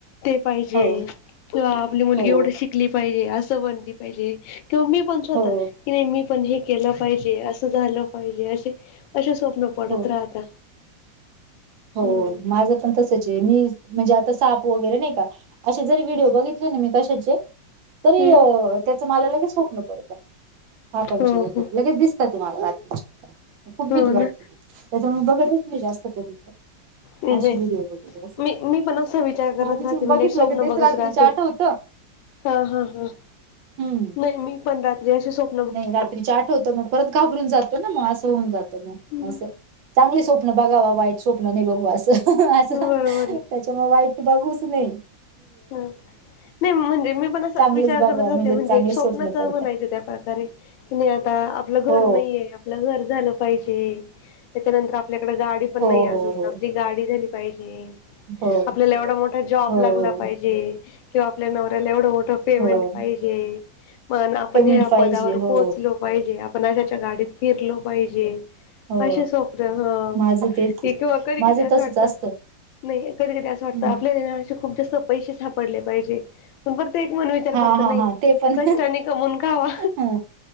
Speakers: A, on the left; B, on the right.
A: ते पाहिजे
B: हो
A: आपली मुलगी
B: हो
A: एवढी शिक ली पाहिजे अस बनली पाहिजे किंवा मी पण स्वतः
B: हो
A: की नाही मी पण हे केलं पाहिजे, असं झालं पाहिजे असे, असे स्वप्न पडत
B: हो
A: राहता.
B: हो
A: हम्म
B: माझ पण तस चे मी म्हणजे आता साप वगैरे नाही का असे जर व्हिडिओ बघितले ना मी कशाचे तरी
A: हम्म
B: अ त्याच मला लगेच स्वप्न पडत, सापांचे
A: हो
B: वगैरे
A: हो
B: लगेच दिस ट ते मला रात्रीची, खूप
A: हो
B: भीती वाटते
A: ना
B: त्याच्यामुळे बघतच नाही जास्त करून
A: णजे
B: असे व्हिडिओ वगैरे असे
A: मी, मी पण असा विचार
B: मग
A: करत
B: उगीचच
A: राहते म्हणजे
B: बघितलं
A: स्वप्न
B: की तेच
A: बघत
B: रात्रीच
A: राहते.
B: आठवतं
A: हा हा हा,
B: हम्म
A: नाही मी पण रात्री असे स्वप
B: नाही रात्रीच्या आठवत मग परत घाबरून जातो ना मग असं होऊन जात मग
A: हम्म
B: अस. चांगले स्वप्न बघावा, वाईट स्वप्न नाही बघू असं. असं
A: बरोबर आहे
B: त्याच्यामुळे वाईट बघूच नये.
A: ह नाही म्हणजे मी पण अस
B: चांगलेच
A: विचार
B: बघाव
A: करत राहते म्हणजे
B: चांगले
A: एक स्वप्नच
B: स्वप्न
A: अ
B: पडतात
A: म्हणायच ते आता अरे की नाही आता आपलं घर
B: हो
A: नाहीये, आपलं घर झालं पाहिजे. त्याच्यानंतर आपल्याकड गाडी पण
B: हो
A: नाही अजून,
B: हो हो
A: आपली गाडी झाली पाहिजे.
B: हो
A: आपल्याला एवढा मोठा जॉब
B: हो
A: लागला पाहिजे
B: हो
A: किंवा आपल्या नवऱ्याला एवढं मोठ तो पेमेंट
B: हो
A: पाहिजे पण आपण
B: पेमेंट
A: ह्या
B: पाहिजे
A: पदावर
B: हो
A: पोहोचलो पाहिजे. आपण अशाच्या गाडीत फिरलो पाहिजे,
B: हो
A: असे स्वप्न हं.
B: माझं तेच
A: हे
B: आहे.
A: किंवा कधी,
B: माझं
A: कधी असं
B: तसच
A: वाटत
B: असतं
A: नाही कधी कधी असं वाटतं,
B: हम्म.
A: आपल्याला <unintelligible> पेक्षा खुप जास्त पैसे सापडले पाहिजे. पण पर ते एक मन विचार
B: हा
A: करत
B: हा
A: नाही,
B: हा ते पण
A: कष्टाने कमवून खावा.
B: ह